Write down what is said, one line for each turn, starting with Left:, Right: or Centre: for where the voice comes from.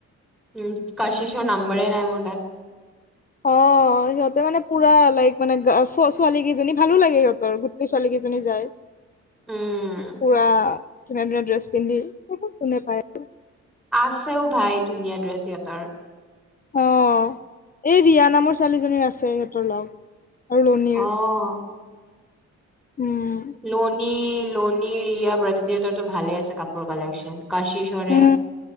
Centre: উ কাশিছৰ নাম্বাৰেই নাই মোৰ তাত।
Left: অ অ সিহঁতে মানে পুৰা লাইক মানে ছোৱালী কেইজনী ভালো লাগে সিহঁতৰ গোটেই ছোৱালী কেইজনী যায়।
Centre: উম,
Left: পুৰা ধুনীয়া ধুনীয়া ড্ৰেছ পিন্ধি কোনে পায়।
Centre: আছেও ভাই ধুনীয়া ড্ৰেছ সিহঁতৰ।
Left: অ এই ৰিয়া নামৰ ছোৱালীজনীৰ আছে সিহঁতৰ লগ। আৰু লনিৰ
Centre: আহ
Left: উম
Centre: লণী, লোনী ৰিয়া বেতো ভালে আছে কাপোৰ কালেকচন। কাশী চ্বৰে
Left: উম